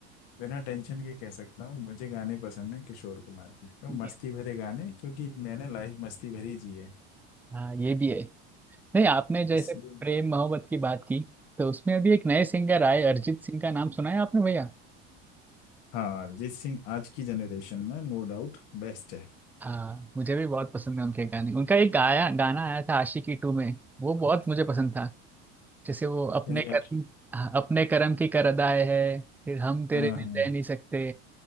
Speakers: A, on the left; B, in the centre.
A: बिना टेंशन के कह सकता हूँ मुझे गाने पसंद है किशोर कुमार के और मस्ती
B: इस-
A: भरे गाने क्योंकि मैंने लाइफ मस्ती भरी जी है
B: हाँ ये भी है नहीं आपने जैसे
A: इसलिए
B: प्रेम मोहब्बत की बात की तो उसमें अभी एक नए सिंगर आए अरिजीत सिंह का नाम सुना है आपने भैया
A: हाँ अरिजीत सिंह आज की जनरेशन में नो डाउट बेस्ट है
B: हाँ मुझे भी बहुत पसंद है उनके गाने उनका एक गाया गाना आया था आशिकी टू में वो बहुत मुझे पसंद था जैसे वो अपने
A: मेरी
B: कर्म
A: आश-
B: हाँ, अपने कर्म की कर अदाए है फिर हम तेरे
A: हाँ
B: बिन
A: हाँ
B: रह नहीं सकते